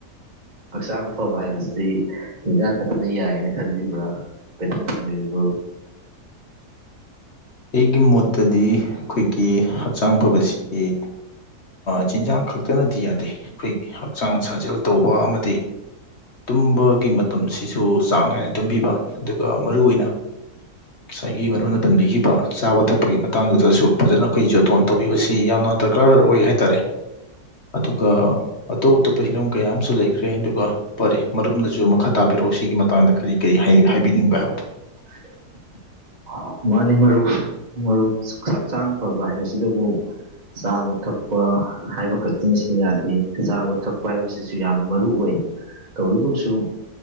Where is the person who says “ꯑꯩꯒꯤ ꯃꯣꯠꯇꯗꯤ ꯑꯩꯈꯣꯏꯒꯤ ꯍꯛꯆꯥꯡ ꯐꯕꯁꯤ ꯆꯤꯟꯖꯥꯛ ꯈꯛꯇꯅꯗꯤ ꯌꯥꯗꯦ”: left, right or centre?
Left